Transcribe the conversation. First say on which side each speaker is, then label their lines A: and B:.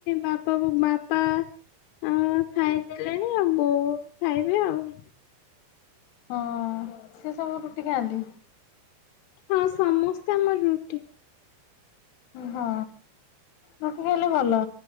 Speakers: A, on the left; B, on the left.
A: ବାପା ବୋ ବାପା ଆ ଖାଇଦେଲେଣି ଆଉ ବୋଉ ଖାଇବେ ଆଉ
B: ହଁ ସିଏ ସବୁ ରୁଟି ଖାଆନ୍ତି,
A: ହଁ ସମସ୍ତେ ଆମର ରୁଟି।
B: ହଁ। ରୁଟି ଖାଇଲେ ଭଲ